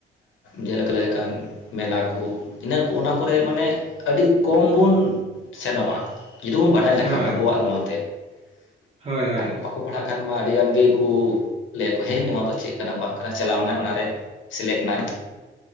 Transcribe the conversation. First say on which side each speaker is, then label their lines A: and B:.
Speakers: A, on the left (about 75°); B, on the right (about 30°).
A: ᱡᱮᱞᱮᱠᱟ ᱞᱟᱹᱭ ᱞᱮᱠᱟᱱᱼᱼ ᱢᱮᱞᱟ ᱠᱩ ᱤᱱᱟᱹᱜ ᱩᱱᱟ ᱠᱚᱨᱮ ᱢᱟᱱᱮ ᱟᱹᱰᱤ ᱠᱚᱢ ᱵᱩᱱᱼᱼ ᱥᱮᱱᱚᱜᱼᱟ ᱡᱩᱫᱤ ᱵᱩ ᱵᱟᱰᱟᱭ ᱞᱮᱠᱷᱟᱱ
B: ᱦᱳᱭ
A: ᱟᱵᱚᱣᱟᱜ ᱱᱚᱣᱟ ᱛᱮ ᱾
B: ᱦᱳᱭ ᱦᱳᱭ
A: ᱟᱨ ᱵᱟᱠᱚᱼᱼ ᱯᱟᱲᱦᱟᱜ ᱠᱷᱟᱱ ᱢᱟ ᱟᱹᱰᱤ ᱜᱟᱱ ᱜᱤᱠᱩ ᱞᱟᱹᱭᱟ ᱠᱚ ᱦᱮᱭ ᱱᱚᱣᱟ ᱫᱚ ᱪᱮᱫ ᱠᱟᱱᱟ ᱵᱟᱝ ᱠᱟᱱᱟ ᱪᱟᱞᱟᱣᱱᱟ ᱚᱱᱟ ᱨᱮᱼᱼ ᱥᱮᱞᱮᱜ ᱮᱱᱟᱭ